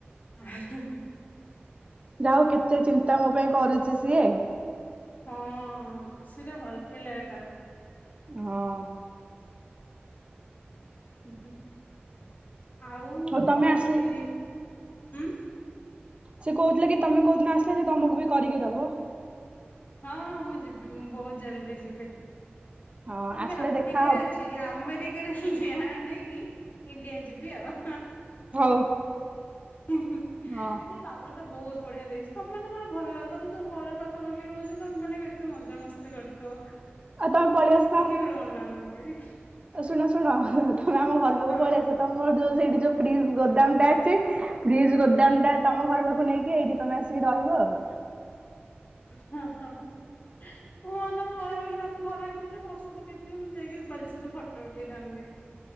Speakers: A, on the left; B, on the right.
A: ଆଉ
B: ଯାଉ କେତେ ଚିନ୍ତା ମୋ ପାଇଁ କରୁଚି ସିଏ।
A: ହଁ ଖୁସିଟା ଭଲ ପିଲାଟା।
B: ହଁ।
A: ଉଁ ହୁଁ ଆଉ
B: ହଉ ତମେ
A: ଆଜି
B: ଆସିଲେ
A: ଉଁ।
B: ସେ କୋହୁଥିଲେ କି ତମେ କୋଉଦିନ ଆସିଲେ ସେ ତମକୁ ବି କରିକି ଦବ।
A: ହଁ ହଁ ମୁଁ ଯିବି ବୋହୁତ ଜଲଦି ଯିବି
B: ହଁ
A: ମୁଁ
B: ଆସିଲେ
A: ବି ଆଫ୍ରିକାରେ
B: ଦେଖା ହବ
A: ଅଛି। ଏଇ ଆମେରିକାରେ ଲ୍ୟାଣ୍ଡ ହେଇକି ଇଣ୍ଡିଆ ଯିବି ଆଉ।
B: ହୋଉ।
A: ହୁଁ ହୁଁ।
B: ହଁ।
A: ସେ ପାଗଟା ବୋହୁତ ବଢିଆ ଦେଇଚି ତମ ମାନଙ୍କର ଭଲ ତମେ ସବୁ ଘର ପାଖ ଖାପାଖି ରହୁଚ ତମେମାନେ କେତେ ମଜାମସ୍ତି କରୁଥୁବ।
B: ଆଉ ତମେ ପଳେଆସୁନ।
A: ବି ରହୁନାହାନ୍ତି।
B: ଆଉ ଶୁଣ ଶୁଣ ତମେ ଆମ ଘର ପାଖକୁ
A: ହଁ
B: ପଳେଆସ ତମର ଯୋଉ ସେଇଠି ଯୋଉ ଫ୍ରିଜ ଗୋଦାମଟା ଅଛି ଫ୍ରିଜ୍ ଗୋଦାମଟା ତମ ଘର ପାଖକୁ ନେଇକି ଏଇଠି ତମେ ଆସିକି ରହିବ ଆଉ।
A: ହଁ ହଁ ହୁଁ। ମୁଁ ଅନା ମୁଁ ଘର ପକେଇ ନା ଆମ ଘର ହେଇଥିଲେ ବର୍ଷ ପକେଇଥିଲେ ମୁଁ ଯାଇକି ରୁପାଲି ସହିତ ଫଟୋ ଉଠେଇଥାଆନ୍ତି।